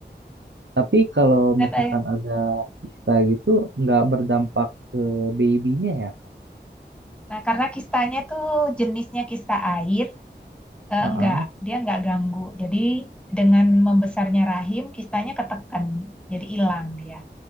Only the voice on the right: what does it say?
Tapi kalau
misalkan
ada kista gitu, nggak berdampak ke babynya ya?
Heeh.